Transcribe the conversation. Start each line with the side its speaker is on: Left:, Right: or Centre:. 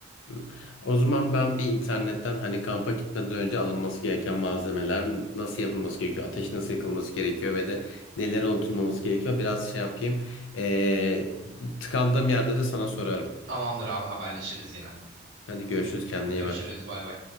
Left: Hı. O zaman ben bir internetten hani kampa gitmeden önce alınması gereken malzemeler nasıl yapılması gerekiyor, ateş nasıl yakılması gerekiyor ve de neler unutulmaması gerekiyor biraz şey yapayım. Ee, bu tıkandığım yerde de sana sorarım.
Right: Tamamdır abi haberleşiriz yine.
Left: Hadi görüşürüz kendine iyi
Right: Görüşürüz
Left: bak.
Right: bay bay.